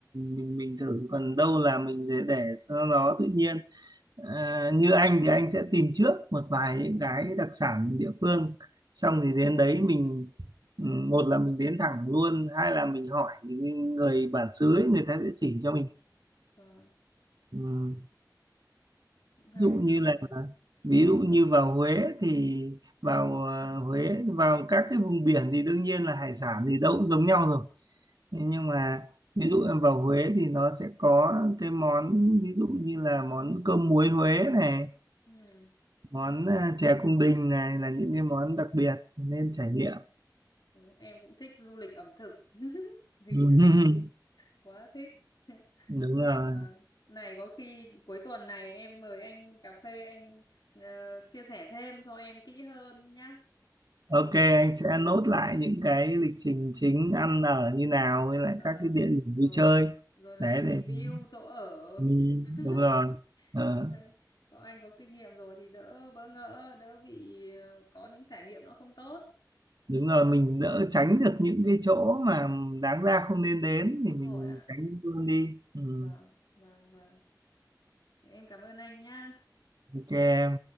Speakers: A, on the right; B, on the left.
A: mình mình thử còn đâu là mình để để cho nó tự nhiên à, như anh thì anh sẽ tìm trước một vài những cái đặc sản địa phương xong thì đến đấy mình ừm, một là mình đến thẳng luôn hai là mình hỏi người bản xứ ấy, người ta sẽ chỉ cho mình
B: Vâng,
A: Ừ.
B: cũng hay
A: dụ
B: nhỉ
A: như là
B: ừ.
A: ví dụ như vào Huế thì vào à, Huế vào các cái vùng biển thì đương nhiên là hải sản thì đâu cũng giống nhau rồi Thế nhưng mà ví dụ em vào Huế thì nó sẽ có cái món ví dụ như là món cơm muối Huế này
B: Ừ.
A: món à, chè cung đình này là những cái món đặc biệt nên trải nghiệm
B: Đúng, em cũng thích du lịch ẩm thực <laughs> thì
A: Ừ. <laughs>
B: quá thích <laughs>
A: đúng rồi
B: Vâng. này có khi cuối tuần này em mời anh cà phê anh ờ, chia sẻ thêm cho em kỹ hơn nhá
A: ok
B: thì
A: anh
B: thì-
A: sẽ nốt lại những cái lịch trình chính ăn ở như nào với lại
B: vâng
A: các cái địa điểm
B: rồi
A: vui chơi
B: rồi là
A: đấy
B: review
A: thì
B: chỗ ở
A: Ừ,
B: <laughs>
A: đúng rồi Ờ,
B: Đấy. Có anh có kinh nghiệm rồi thì đỡ bỡ ngỡ, đỡ bị ờ, có những trải nghiệm nó không tốt.
A: đúng rồi mình đỡ tránh được những cái chỗ mà đáng ra không nên đến
B: Đúng
A: thì mình
B: rồi ạ.
A: tránh luôn đi ừ,
B: Vâng, vâng, vâng. Thế Em cảm ơn anh nhá.
A: ok em